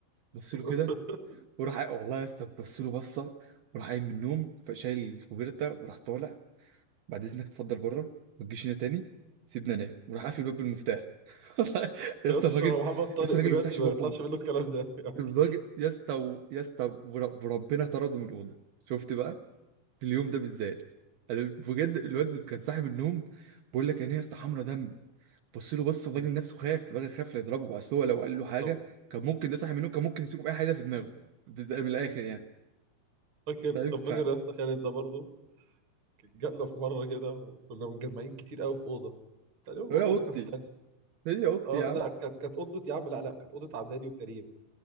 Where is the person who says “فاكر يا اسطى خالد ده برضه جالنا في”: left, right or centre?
Right